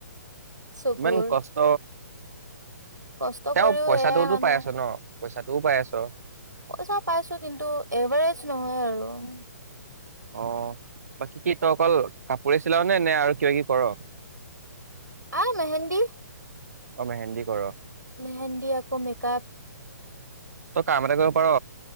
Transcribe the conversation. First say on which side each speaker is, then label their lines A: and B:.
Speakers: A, on the right; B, on the right.
A: চকুৰ
B: ইমান কষ্ট
A: কষ্ট
B: তেওঁ
A: কৰিও
B: পইচাটোওতো
A: সেয়াই মানুহে
B: পাই আছ ন পইচাটোও পাই আছ
A: পইচা পাইছো কিন্তু এভাৰেজ নহয় আৰু অ'
B: অ' বাকী কি ত অকল কাপ কৰিছিলাও নে নে আৰু কিবা কিবি কৰ।
A: অ' মেহেন্দী।
B: অ' মেহেন্দী কৰ।
A: মেহেন্দী আকো মেকআপ
B: তই কাম এটা কৰিব পাৰ।